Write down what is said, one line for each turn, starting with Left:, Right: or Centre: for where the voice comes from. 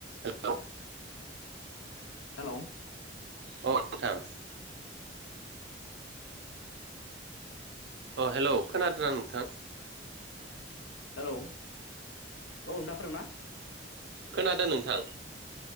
Right: Hello.
Left: Hello
Right: अ नोंथां। अ हेलौ खोनादो ना नोंथां?
Left: हेलौ औ <unintelligible> ना?
Right: खोनादो नोंथां।